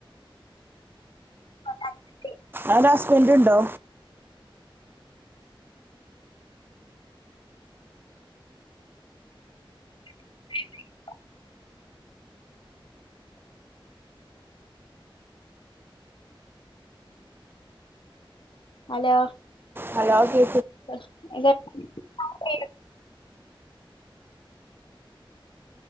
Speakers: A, on the left; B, on the right.
A: കൊണ്ടാക്കി
B: അ <unintelligible> പേടിയുണ്ടോ
A: <unintelligible> അലോ
B: ഹലോ കേ
A: <unintelligible> ആഹ് പെയ്യും